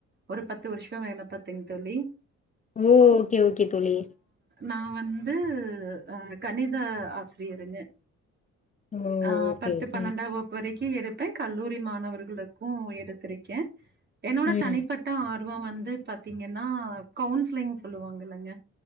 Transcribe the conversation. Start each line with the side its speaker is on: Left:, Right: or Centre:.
Right: ஒரு பத்து வருஷம் வேல பாத்திங் தோழி
Left: ஓ ஓகே ஓகே தோழி
Right: நான் வந்து அ கணித ஆசிரியருங்க
Left: ஓ!
Right: ஆ
Left: ஓகே,
Right: பத்து
Left: ஓகே.
Right: பன்னெண்டா வகுப் வரைக்கும் எடுப்பேன் கல்லூரி மாணவர்களுக்கும் எடுத்திருக்கேன் என்னோட
Left: ம்.
Right: தனிப்பட்ட ஆர்வம் வந்து பாத்தீங்கன்னா கவுன்சிலிங் சொல்லுவாங்கள இல்லங்க